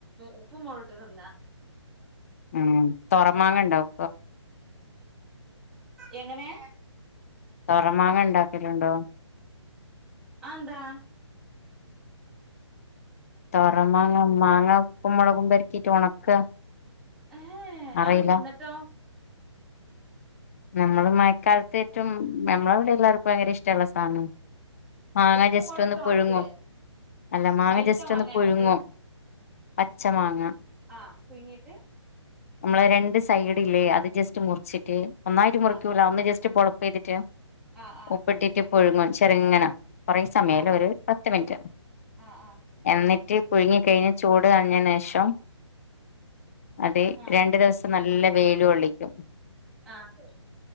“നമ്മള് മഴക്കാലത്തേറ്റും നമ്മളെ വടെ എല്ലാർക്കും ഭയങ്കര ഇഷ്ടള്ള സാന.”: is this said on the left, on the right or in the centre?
Left